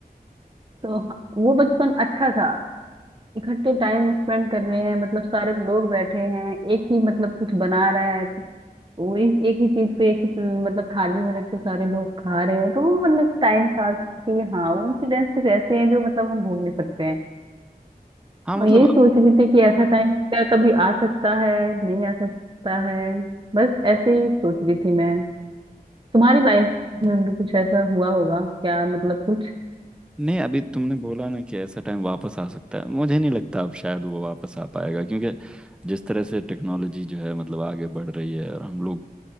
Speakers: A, on the right (about 30°); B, in the centre.
A: तो ह- वो बचपन अच्छा था इकट्ठे टाइम स्पेंड कर रहे हैं मतलब सारे लोग बैठे हैं एक ही मतलब कुछ बना रहा है वो एक एक ही चीज को एक ही प्ल- मतलब थाली में रख के सारे लोग खा रहे हैं तो वो मतलब टाइम था कि हाँ वो इंसिडेंट्स कुछ ऐसे हैं जो मतलब हम भूल नहीं सकते हैं
B: हाँ
A: और
B: मतलब
A: यही
B: अब-
A: सोच रही थी कि ऐसा टाइम क्या कभी आ सकता है नहीं आ सकता है बस ऐसे ही सोच रही थी मैं तुम्हारी लाइफ में भी कुछ ऐसा हुआ होगा क्या मतलब कुछ
B: नहीं अभी तुमने बोला ना कि ऐसा टाइम वापस आ सकता है मुझे नहीं लगता अब शायद वो वापस आ पाएगा क्योंकि जिस तरह से टेक्नोलॉजी जो है मतलब आगे बढ़ रही है और हम लोग